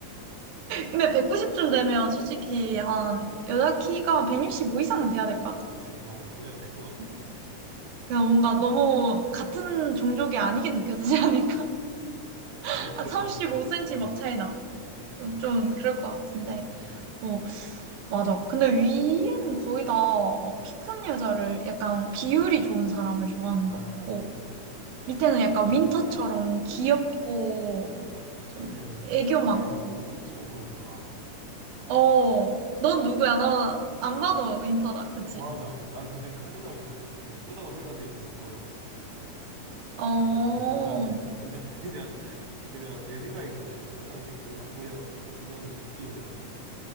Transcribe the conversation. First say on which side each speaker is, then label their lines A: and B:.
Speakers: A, on the right; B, on the right.
A: 근데 190쯤 되면 솔직히
B: 어.
A: 한 여자 키가 165 이상은 돼야 될 것 같아.
B: 그치? 어, 그래야 될 것 같아.
A: 음. 그냥 뭔가 너무 같은 종족이 아니게 느껴지지 않을까? <laughs>
B: 뭐가
A: 한
B: 플것
A: 35cm
B: 같아, 쳐다보면.
A: 막 차이 나.
B: 음,
A: 그럼 좀 그럴 것 같은데.
B: 그치.
A: 어, 맞아. 근데 위에는 거의 다막키 큰 여자를 약간 비율이 좋은 사람을 좋아하는
B: 아,
A: 것 같고, 밑에는
B: 그래.
A: 약간 윈터처럼 귀엽고,
B: 아,
A: 좀
B: 그래, 윈터
A: 애교
B: 카리나
A: 많고.
B: 그거 엄청 물어보더라.
A: 어, 넌 누구야? 너 안 봐도 윈터다. 그치?
B: 맞아. 난 사실 카리나 보고 이쁘다고 생각한 적이 거- 거의 없어.
A: 어, 어.
B: 약간 좀 논란이 되려나? 근데 <laughs> 그냥, 그냥 내 생각이 그래. 카리나 예쁜가? 그냥 이런 느낌이었어.